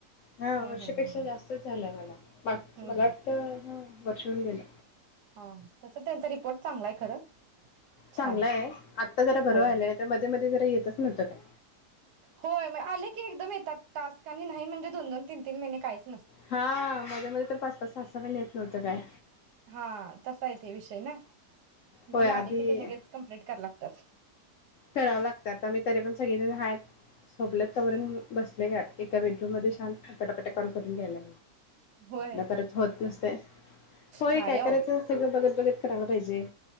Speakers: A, on the left (about 70°); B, on the right (about 70°).
A: हा
B: हम्म
A: वर्षपेक्षा
B: हम्म हम्म हम्म
A: जास्तच झालं मला पाट
B: हम्म
A: मला
B: हम्म
A: वाटतं ह वर्ष होऊन गेल
B: हा तस त्यांचा रिपोर्ट चांगलाय खरं छान
A: चांगलाये
B: आहे
A: आत्ता जरा बर
B: होय
A: व्हयलाय नाही तर मधी मधी इथे जरा येतात नव्हते बाई
B: होय म आले की एकदम येतात टास आणि नाही म्हणजे दोन दोन तीन तीन महिने कायच
A: हा माझ्या मध्ये तर पाच पाच सहा सहा महिने येत नव्हत. तर काय
B: हा तसा येत हे विषय ना.
A: होय
B: पण
A: आधी
B: आले कि मी लगेच कंप्लीट करणार. तर
A: करावं लागतं आता मी तरी पण सगळे हायत झोपले तवर बसले का एका बेडरूम मध्ये शांत पटापटा कॉल करून घ्यायला.
B: होय
A: आप परत होत नसते होय
B: नाही
A: काय
B: अहो
A: करायचं सगळं बघत बघत करायला पाहिजे